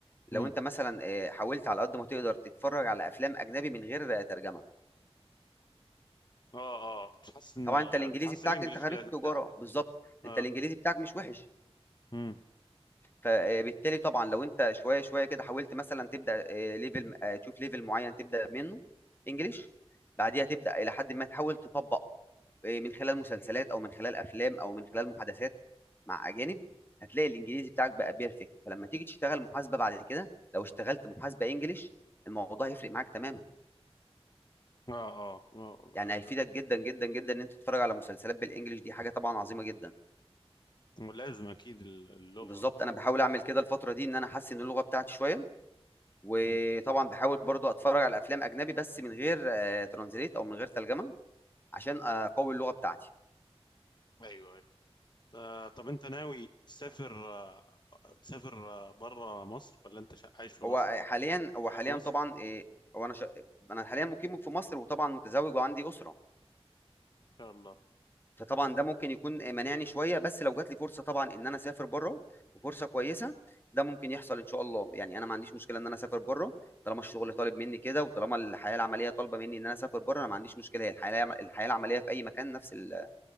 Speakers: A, on the left; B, on the left.
A: لو
B: امم
A: انت مثلا آه، حاولت على قد ما تقدر تتفرج على افلام اجنبي من غير آه، ترجمه
B: اه اه بتحسن
A: طبعا
B: ال...
A: انت الانجليزي
B: بتحسن
A: بتاعك
B: الانجليش
A: انت خريج
B: بلا- بتاعك
A: تجاره بالظبط
B: اه
A: انت الانجليزي بتاعك مش وحش
B: امم
A: فبالتالي طبعا لو انت شويه شويه كده حاولت مثلا تبدا آه، ليفل آه، تشوف ليفل معين تبدا منه انجليش بعديها تبدا الى حد ما تحاول تطبق آه، من خلال مسلسلات او من خلال افلام او من خلال محادثات مع اجانب هتلاقي الانجليزي بتاعك بقى بيرفكت فلما تيجي تشتغل محاسبه بعد كده لو اشتغلت محاسبه انجليش الموضوع هيفرق معاك تماما
B: اه اه آه.
A: يعني هيفيدك جدا جدا جدا ان انت تتفرج على مسلسلات بالانجليش دي حاجه طبعا عظيمه جدا
B: لازم اكيد اللغة
A: بالظبط انا بحاول اعمل كده الفتره دي ان انا احسن اللغه بتاعتي شويه وطبعا
B: مم.
A: بحاول برضو اتفرج على افلام اجنبي بس من غير ترانزليت او من غير ترجمه عشان آه، اقوي اللغه بتاعتي
B: ايوه أيوة. آه، طب انت ناوي تسافر آه، تسافر آه، بره مصر ولا انت شا- عايش في
A: هو
B: مصر
A: آه، حاليا هو
B: شغال
A: حاليا
B: في مصر
A: طبعا آه، هو انا شا... انا حاليا مقيم في مصر وطبعا متزوج وعندي اسره
B: ان شاء الله
A: فطبعا ده ممكن يكون مانعني شويه بس لو جات لي فرصه طبعا ان انا اسافر بره وفرصه كويسه ده ممكن يحصل ان شاء الله يعني انا ما عنديش مشكله ان انا اسافر بره طالما الشغل طالب مني كده وطالما الحياه العمليه طالبه مني ان انا اسافر بره انا ما عنديش مشكله هي الحياه الحياه العمليه في اي مكان نفس ال...